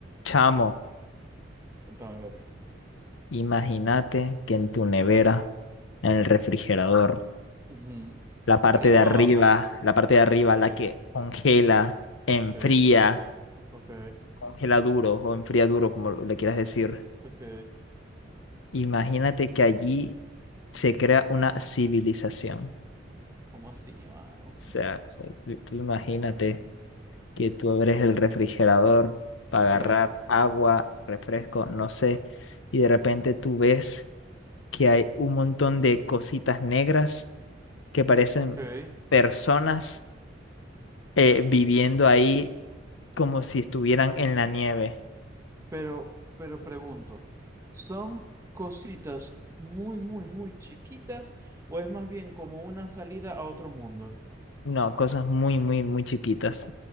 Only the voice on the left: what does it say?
Chamo,
imagínate que en tu nevera, en el refrigerador,
la parte
de arriba,
la parte de arriba,
la que congela, enfría,
congela duro o enfría duro, como le quieras decir.
Imagínate que allí se crea una civilización.
O sea, o sea, tú, tú imagínate que tú abres el refrigerador para
agarrar agua, refresco, no sé, y de repente tú ves que hay un montón de cositas negras que parecen
personas eh, viviendo ahí como si estuvieran en la nieve.
No, cosas muy, muy, muy chiquitas,